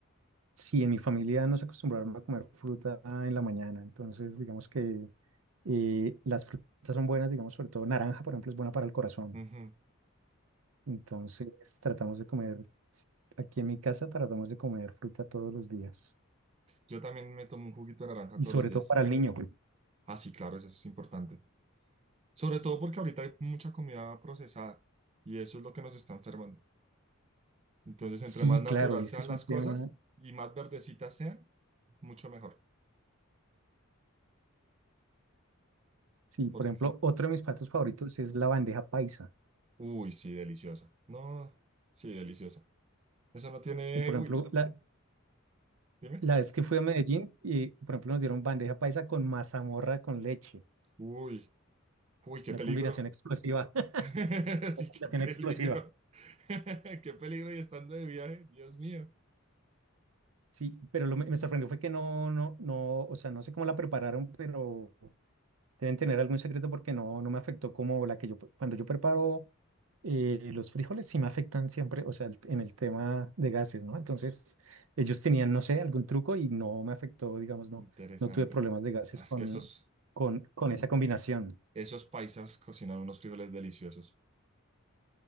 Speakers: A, on the right; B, on the right.
A: sí, en mi familia nos acostumbraron a comer fruta en la mañana, entonces digamos que eh, las frutas son buenas, digamos, sobre todo naranja, por ejemplo, es buena para el corazón.
B: Ujú.
A: Entonces tratamos de comer, aquí en mi casa tratamos de comer fruta todos los días.
B: Yo también me tomo un juguito de naranja
A: Y
B: todos
A: sobre
B: los días.
A: todo para el niño.
B: Ah, sí, claro, eso es importante. Sobre todo porque ahorita hay mucha comida procesada y eso es lo que nos está enfermando. Entonces,
A: Sí,
B: entre más natural
A: claro, ese
B: sean
A: es
B: las
A: un tema.
B: cosas y más verdecitas sean, mucho mejor.
A: Sí, por
B: Porque,
A: ejemplo, otro de mis platos favoritos es la bandeja paisa.
B: uy, sí, deliciosa. No, sí, deliciosa. Eso no tiene,
A: Y por
B: uy,
A: ejemplo, la,
B: dime.
A: la vez que fui a Medellín, y por ejemplo nos dieron bandeja paisa con mazamorra con leche.
B: Uy, uy, qué
A: Una
B: peligro.
A: combinación explosiva. <laughs>
B: <laughs>
A: Una
B: Sí,
A: combinación
B: qué
A: explosiva.
B: peligro. <laughs> Qué peligro y estando de viaje, Dios mío.
A: Sí, pero lo me me sorprendió fue que no, no, no, o sea, no sé cómo la prepararon, pero Deben tener algún secreto porque no, no me afectó como la que yo, cuando yo preparo eh, los frijoles, sí me afectan siempre, o sea, el- en el tema de gases, ¿no? Entonces, ellos tenían, no sé, algún truco y no me afectó, digamos, no,
B: Interesante.
A: no tuve problemas de gases
B: Ah, Es
A: con,
B: que esos,
A: con, con esa combinación.
B: esos paisas cocinan unos frijoles deliciosos.